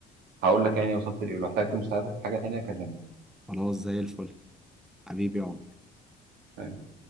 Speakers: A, on the right (about 80°); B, in the centre.
A: لك يعني وصلت لايه لو احتجت مساعدة في حاجة تانية اكلمك
B: خلاص زي الفل حبيبي يا عمر
A: آه.